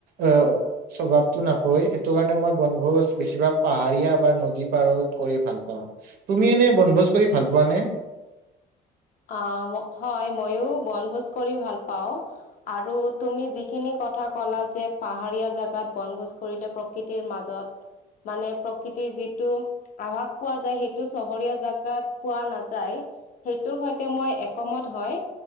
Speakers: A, on the right; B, on the left.
A: অ স্বভাৱতো নাপায় সেইটো কাৰণে মই বনভোজ বেছিভাগ পাহাৰীয়া বা নদী পাৰত কৰি ভাল পাওঁ তুমি এনে বনভোজ কৰি ভাল পোৱা নে
B: আ ম হয় ময়ো বনভোজ কৰি ভাল পাওঁ আৰু তুমি যিখিনি কথা ক'লা যে পাহাৰীয়া জাগাত বনভোজ কৰিলে প্ৰ কৃতিৰ মাজত মানে প্ৰকৃতিৰ যিটো আভাস পোৱা যায় সেইটো চহৰীয়া জাগাত পোৱা নাযায় তোৰ সৈতে মই একমত হয়